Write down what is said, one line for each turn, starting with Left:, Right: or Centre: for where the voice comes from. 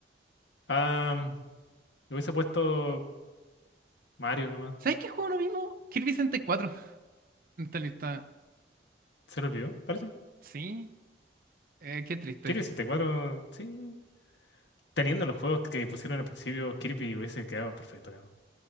Left: Ah, le hubiese puesto Mario nomás,
Right: ¿Sabes qué juego no vimos? Kirby 64. en Esta lista.
Left: se lo olvidó, parece.
Right: Sí. Eh, qué triste.
Left: Kirby 64 sí. Teniendo los juegos que pusieron al principio, Kirby hubiese quedado perfecto, creo.